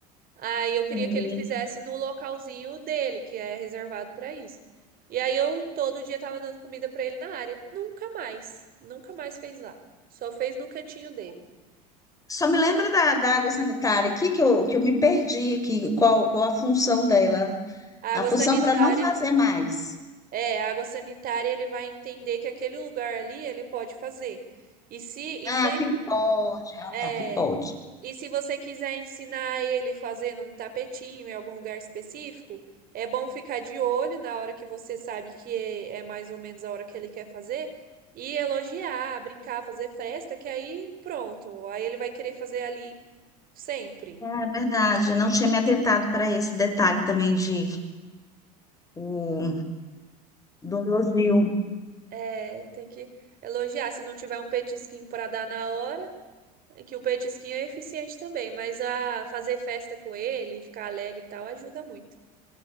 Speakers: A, on the right; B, on the left.
A: Aí eu queria
B: Uhum.
A: que ele fizesse no localzinho dele, que é reservado pra isso. E aí eu todo dia tava dando comida pra ele na área. Nunca mais, nunca mais fez lá. Só fez no cantinho dele.
B: Só me lembra da, da água sanitária aqui, que eu, que eu me perdi aqui, qual, qual a função dela?
A: A água
B: A função
A: sanitária,
B: para não fazer mais.
A: é, a água sanitária ele vai entender que aquele lugar ali ele pode fazer. E se e
B: Ah,
A: sem
B: que pode. Ah,
A: É.
B: tá, que pode.
A: E se você quiser ensinar ele fazendo um tapetinho em algum lugar específico, é bom ficar de olho na hora que você sabe que é, é mais ou menos a hora que ele quer fazer e elogiar, brincar, fazer festa, que aí pronto. Aí ele vai querer fazer ali sempre.
B: É verdade,
A: cantinho
B: eu não
A: dele.
B: tinha me atentado para esse detalhe também de o, do elogio.
A: É, tem que elogiar. Se não tiver um petisquinho para dar na hora, é que o petisquinho é eficiente também, mas a fazer festa com ele, ficar alegre e tal, ajuda muito.